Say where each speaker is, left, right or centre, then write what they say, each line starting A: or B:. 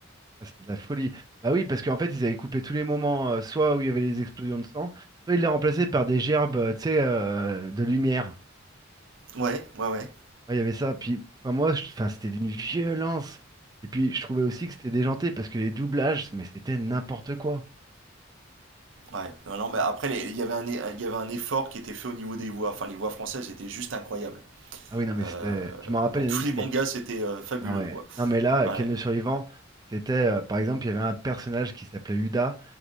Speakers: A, on the right (about 20°); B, on the right (about 70°).
A: Ah, c'était de la folie. Bah oui, parce qu'en fait, ils avaient coupé tous les moments, euh, soit où il y avait les explosions de sang, soit ils les remplaçaient par des gerbes, euh, tu sais, euh, de lumière.
B: Ouais, ouais, ouais.
A: Ouais, il y avait ça. Puis, enfin, moi, je- enfin, c'était d'une violence. Et puis, je trouvais aussi que c'était déjanté parce que les doublages, mais c'était n'importe quoi.
B: Ouais, non, non, mais après, les- il y avait un, é- il y avait un effort qui était fait au niveau des voix. Enfin, les voix françaises étaient juste incroyables.
A: Ah oui, non, mais
B: Euh,
A: c'était. Je m'en rappelle,
B: dans
A: il
B: tous
A: y en a une, c'était.
B: les mangas, c'était euh, fabuleux,
A: Ah ouais.
B: quoi.
A: Non, mais là,
B: Ouais.
A: Ken le survivant, c'était. euh, par exemple, il y avait un personnage qui s'appelait Uda.